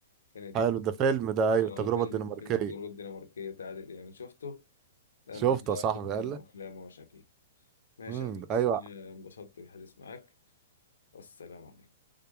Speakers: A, on the left; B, on the right.
A: كانت
B: حلو ده فيلم ده ايوه التجربه
A: آه، فيلم
B: الدنماركيه
A: فيلم التجربة الدنماركية بتاع عادل إمام شفته؟ ده أنت
B: شفته
A: طلعت
B: يا صاحبي
A: مجرم
B: قال لك
A: أفلام ومشاكل ماشي
B: امم
A: يا بيكس
B: ايوه
A: أنا انبسطت بالحديث معاك والسلام عليكم